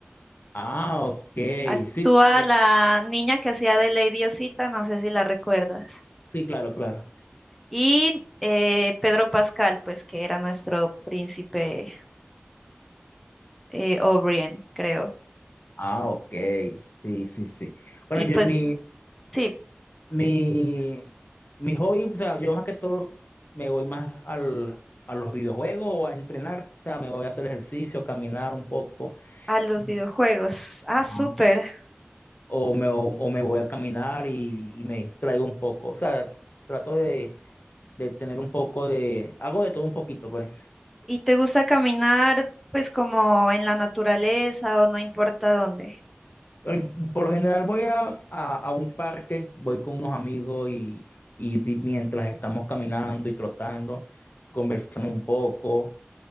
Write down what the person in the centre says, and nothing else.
Actúa
la niña que hacía de Lady Osita, no sé si la recuerdas.
Y eh, Pedro Pascal, pues que era nuestro príncipe eh, O'Brien, creo.
Y
pues
sí,
a los
videojuegos. Ah,
súper.
¿Y te gusta caminar pues como en la naturaleza o no importa dónde?